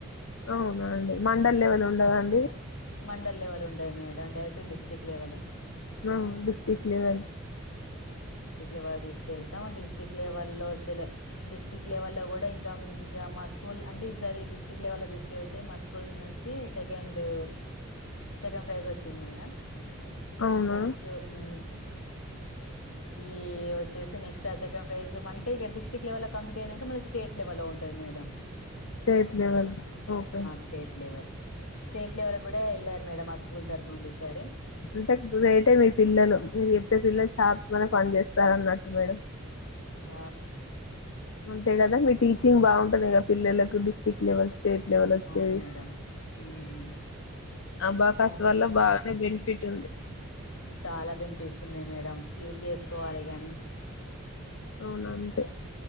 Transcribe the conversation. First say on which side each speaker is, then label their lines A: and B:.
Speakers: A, on the left; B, on the left.
A: అవునా అండి మండల్ లెవెల్ ఉండదా అండి
B: మండల్ లెవెల్ ఉండదు మేడం డైరెక్ట్ డిస్టిక్ లెవలే
A: ఆ డిస్టిక్ లెవెల్
B: లెవెల్లో తీసుకెళ్తాం డిస్టిక్ లెవల్లో సెల డిస్టిక్ లెవెల్లో గూడా ఇంకా ఇగ మా స్కూల్ అంటే ఈసారి డిస్టిక్ లెవెల్లో తీసుకెళ్తే మా స్కూల్ నుంచి సెకండు సెకండ్ ప్రైజ్ ఒచ్చింది మేడం
A: అవునా
B: నెక్స్టు ఊ ఈ వచ్చేసి నెక్స్ట్ ఆ సెకండ్ ప్రైజ్ అంటే ఇగ డిస్టిక్ లెవెల్ ల కంపీట్ అయ్యాక మళ్ళీ స్టేట్ లెవెల్ లో ఉంటది madam
A: state level open
B: state level state level గూడా ఎళ్ళారు మేడం అ స్ స్కూల్ తరపునుండి ఈసారి
A: అంటే గ్రేట్ ఏ మీ పిల్లలు మీరు చెప్పే పిల్లలు షార్ప్ గానే పని చేేస్తారు అన్నట్టు మేడం
B: ఆ
A: అంతే కదా మీ టీచింగ్ బాగుంటది కదా పిల్లలకు డిస్టిక్ లెవెల్స్ స్టేట్ లెవెల్ ఒచ్చేది
B: అవును మేడం ఉమ్.
A: బా కాస్త
B: బాగా
A: వల్ల బాగానే బెన్ఫిట్ ఫిట్ ఉంది <unintelligible>
B: చాలా బెనిఫిట్స్ ఉన్నాయి మేడం యూజ్ జెసుకోవాలె గాని
A: అవునా అంతే